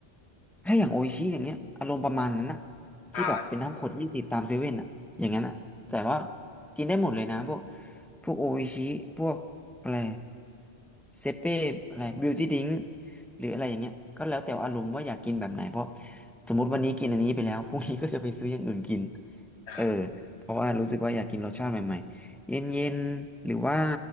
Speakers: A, in the centre; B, on the left.
A: ถ้าอย่างโออิชิอย่างเงี้ยอารมณ์ประมาณนั้นนะที่แบบเป็นน้ำขวดยี่สิบตามเซเว่นอะอย่างนั้นอะแต่ว่า
B: ชา
A: กินได้หมดเลยนะพวกพวกโออิชิพวกอะไรเซเป้อะไรบิวตี้ดิงหรืออะไรอย่างเงี้ยก็แล้วแต่อารมณ์ว่าอยากกินแบบไหนเพราะสมมติวันนี้กินอันนี้ไปแล้วพรุ่งนี้ก็จะไปซื้ออย่างอื่นกิน
B: อ่า
A: เออเพราะว่ารู้สึกว่าอยากกินรสชาติใหม่ๆ เย็นๆ หรือว่า